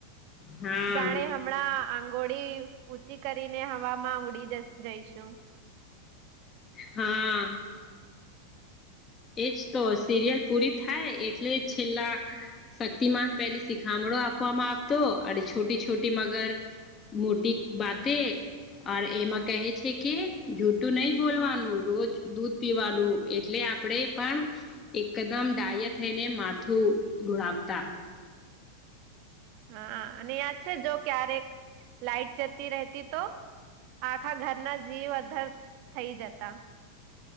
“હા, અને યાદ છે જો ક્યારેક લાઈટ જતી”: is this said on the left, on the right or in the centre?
Right